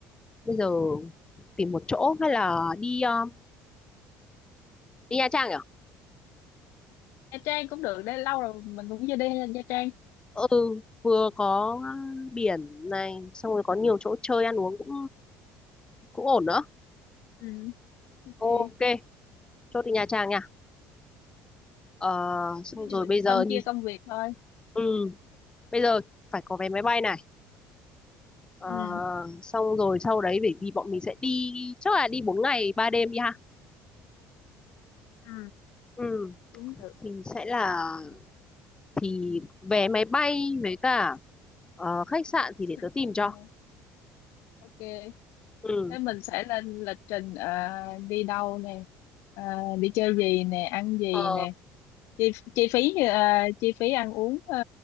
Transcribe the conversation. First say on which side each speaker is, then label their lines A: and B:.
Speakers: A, on the left; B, on the left.
A: bây giờ tìm một chỗ hay là đi ờ, đi Nha Trang nhỉ
B: Nha Trang cũng được đây lâu rồi mình cũng chưa đi Nha Trang
A: ừ vừa có biển này xong rồi có nhiều chỗ chơi ăn uống cũng cũng ổn nữa
B: ừ. ok Thế
A: ok chốt đi Nha Trang nha Ờ, xong
B: bây giờ
A: rồi
B: mình
A: bây giờ
B: phân chia
A: như
B: công việc thôi
A: ừ, bây giờ phải có vé máy bay này Ờ,
B: ừ.
A: xong rồi sau đấy bởi vì bọn mình sẽ đi chắc là đi 4 ngày 3 đêm đi ha
B: Ừ,
A: ừ
B: cũng được.
A: thì sẽ là thì vé máy bay với cả ờ, khách sạn thì
B: Sẵn.
A: để tớ tìm cho
B: ok
A: ừ
B: thế mình sẽ lên lịch trình ờ, đi đâu nè ờ, đi chơi gì nè ăn gì
A: ờ,
B: nè chi, chi phí như ờ, chi phí ăn uống ờ,